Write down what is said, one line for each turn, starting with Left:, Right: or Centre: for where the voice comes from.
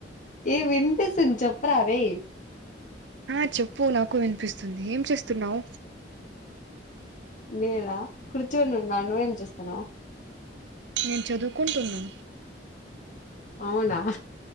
Left: ఈ వినిపిస్తుంది చొప్పురారే
Right: ఆ చొప్పు నా క్కు వినిపిస్తుంది ఏం చేస్త్ తున్నావ్
Left: నేనా కూర్చో నున్నా నువ్వేం చేస్తన్నావ్
Right: నేన్ చదువుకుంటున్నా
Left: అవ్నా